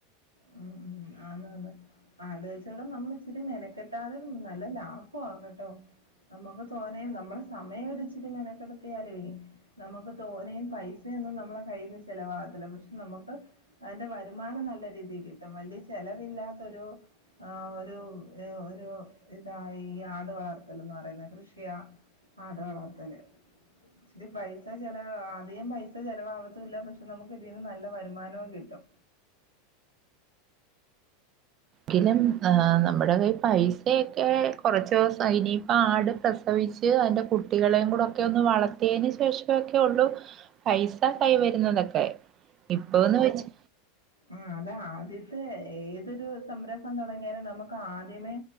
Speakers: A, on the right; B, on the right.
A: മ് മ് ആ <unintelligible> എടാ നമ്മള് ഇച്ചിരി മെനക്കെട്ടാലും നല്ല ലാഭാ കെട്ടോ നമുക്ക് തോനെയും നമ്മളെ സമയം ഒരു ഇച്ചിരി മെനക്കെടുത്തിയാലും നമുക്ക് തോനെയും പൈസൊന്നും നമ്മളെ കയ്യിന്ന് ചെലവാകത്തില്ല പക്ഷെ നമ്മക്ക് അതിന്റെ വരുമാനം നല്ല രീതിൽ കിട്ടും വലിയ ചെലവില്ലാത്തൊരു ഒരു ഒരു ഇതാ ഈ ആട് വളർത്തല് എന്ന് പറയുന്നത് കൃ <unintelligible> ത്തല് ച്ചിരി പൈസ ചെലവാ അധികം പൈസ ചെലവാവത്തൂല പഷ് നമുക്ക് ഇതീന്ന് നല വരുമാനവും കിട്ടും
B: എങ്കലും ആ നമ്മടെ കൈയ് പൈസയൊക്കെ കോർച്ച് സ അയ്നീപ്പ ആട് പ്രസവിച്ച് അതിന്റെ കുട്ടികളെയും കൂടെ ഒക്കെ ഒന്ന് വളർത്തിയതിന് ശേഷമൊക്കെ ഒള്ളു പൈസ കൈ വരുന്നതൊക്കെ ഇപ്പോ ന്ന് വെച്ചാ
A: ആ അത് ആദ്യത്തെ ഏതൊരു സംരംഭം തോടങ്ങിയാലും നമുക്ക് ആ ദ്യമേ